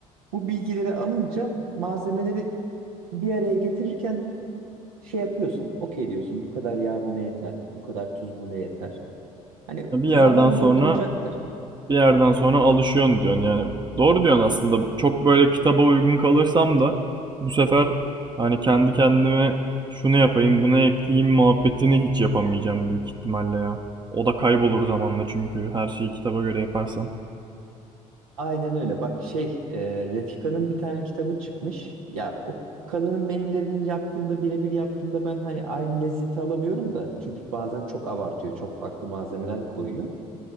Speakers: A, on the right (about 75°); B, on the right (about 25°).
A: Bu bilgileri alınca malzemeleri bir araya getirirken şey yapıyorsun. Okey diyorsun bu kadar yağ buna yeter. Bu kadar tuz buna yeter. Hani
B: Bir yerden
A: zamanla
B: sonra
A: oturacaktır.
B: bir yerden sonra alışıyorsun diyorsun. Yani doğru diyorsun aslında. Çok böyle kitaba uygun kalırsam da bu sefer hani kendi kendime şunu yapayım, bunu ekleyeyim muhabbetini hiç yapamayacağım büyük ihtimalle ya. O da kaybolur zamanla çünkü her şeyi kitaba göre yaparsam.
A: Aynen öyle. Bak şey e, Refika'nın bir tane kitabı çıkmış. Ya o kadının menülerinin yaptığımda birebir yaptığımda ben hani aynı lezzeti alamıyorum da. Çünkü bazen çok abartıyor. Çok farklı malzemeler koyuyor.